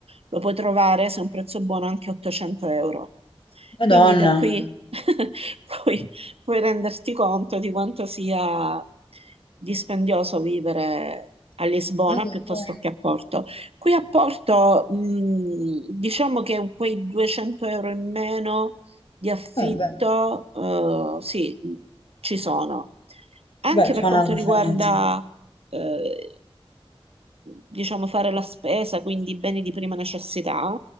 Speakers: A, on the right (about 75°); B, on the left (about 60°).
A: lo puoi trovare se è un prezzo buono anche 800 euro.
B: Madonna.
A: Quindi da qui <laughs> puoi, puoi renderti conto di quanto sia dispendioso vivere a Lisbona
B: Madonna.
A: piuttosto che a Porto. Qui a Porto, mh, diciamo che quei 200 euro in meno di affitto,
B: Eh, beh,
A: eh, sì, mh, ci sono. Anche
B: beh,
A: per
B: fa
A: quanto
B: una differenza.
A: riguarda, eh, diciamo, fare la spesa, quindi beni di prima necessità,